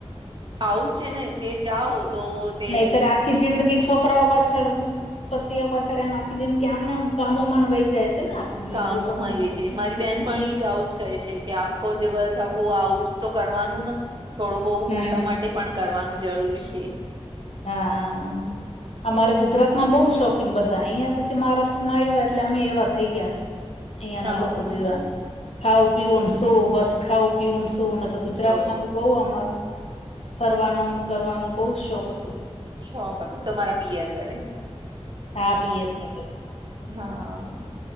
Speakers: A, on the right (about 45°); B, on the left (about 70°).
A: આવું છે ને તે જાઓ તો તે
B: નહીતર આખી જિંદગી જ છોકરાઓ પાછળ પતિઓ પાછળ એમ આખી જિંદગી આમનેમ કામો માં વહી જાય છે ને આપણી
A: કામોમાં
B: લેડીસોની
A: એવી
B: તો
A: છે મારી બેનપણી જ આવું છે કે આખો દિવસ આખું આવું તો કરવાનું ને થોડું બહું
B: હમ
A: પોતા માટે પણ કરવાનું જરૂરી છે.
B: હા.
A: હમ,
B: અમારે ગુજરાતમાં બહુ શોખીન બધા અહિયાં પછી મહારાષ્ટ્રમાં આવ્યા એટલે અમે એવા થઈ ગયા. અહિયાં
A: આવું
B: ના લોકો જેવા ખાવુ પીવુંને સોવુ બસ ખાવું પીવું ને શું ન તો ગુજરાતમાં
A: સો
B: તો બઉ અમાર ફરવાનું કરવાનો બહુ શોખ હતો.
A: શોખ હતો તમારા પિયર ઘરે
B: હા પીએર ના ઘરે
A: હા હા.